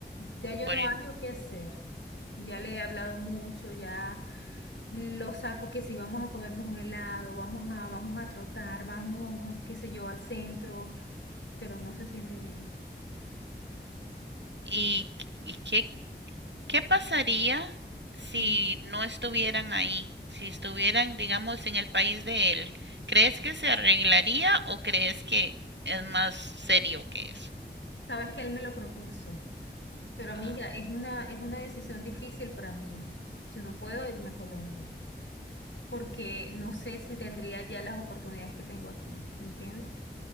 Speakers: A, on the left; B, on the right.
A: Ya yo
B: Por
A: no
B: el-
A: hallo qué hacer. Ya le he hablado mucho, ya lo saco que si vamos a comernos un helado, vamos a, vamos a trotar, vamos, qué sé yo, al centro, pero no se siente bien.
B: ¿Y, y qué ¿Qué pasaría si
A: Mm.
B: no estuvieran ahí? Si estuvieran, digamos, en el país de él. ¿Crees que se arreglaría o crees que es más serio que eso?
A: Sabes que él me lo propuso, pero amiga,
B: Ah,
A: es una, es una decisión difícil para mí. Yo no puedo irme a Colombia. porque no sé si tendría ya las oportunidades que tengo aquí, ¿me entiendes?